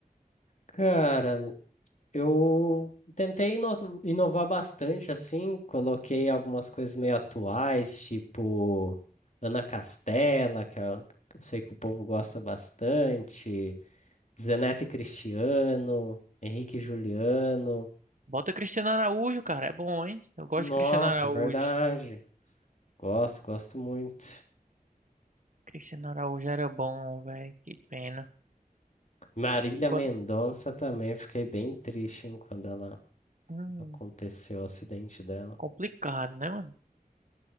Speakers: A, on the left (about 50°); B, on the right (about 60°).
A: Cara, Eu tentei ino- inovar bastante, assim, coloquei algumas coisas meio atuais, tipo Ana Castela, que é- que eu sei que o povo gosta bastante, Zeneto e Cristiano, Henrique e Juliano.
B: Bota Cristiano Araújo, cara, é bom, hein? Eu gosto
A: Nossa,
B: de Cristiano Araújo.
A: é verdade. Gosto, gosto muito.
B: Cristiano Araújo era bom, velho, que pena.
A: Marília
B: Quando...
A: Mendonça também, fiquei bem triste, hein, quando ela
B: hum,
A: aconteceu o acidente dela.
B: Complicado, né, mano?